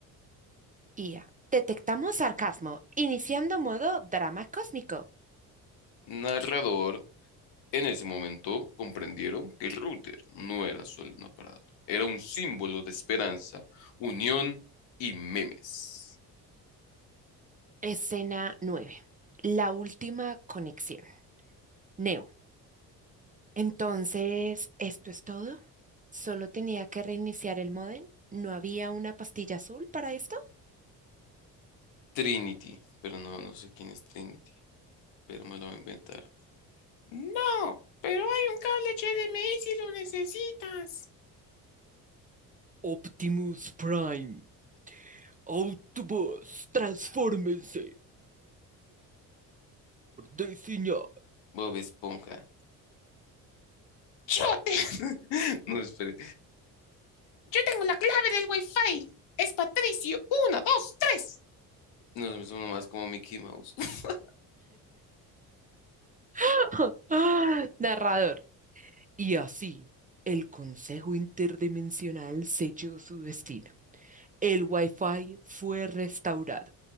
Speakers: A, on the right; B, on the left.
A: IA. Detectamos sarcasmo, iniciando modo drama cósmico.
B: Narrador. En ese momento comprendieron que el router no era solo un aparato, era un símbolo de esperanza, unión y memes.
A: Escena nueve. La última conexión. Neo. Entonces, ¿esto es todo? ¿Solo tenía que reiniciar el módem? ¿No había una pastilla azul para esto?
B: Trinity, pero no, no sé quién es Trinity, pero me lo voy a inventar. No, pero hay un cable HDMI si lo necesitas.
A: Optimus Prime, Autobots, transfórmense, Ixña.
B: Bob Esponja. Yo, te- <laughs> No, espere. yo tengo la clave del Wi-Fi. Es Patricio. Uno, dos, tres. No, somos más como Mickey Mouse. <laughs>
A: <laughs> Narrador. Y así, el Consejo Interdimensional selló su destino. El Wi-Fi fue restaurado,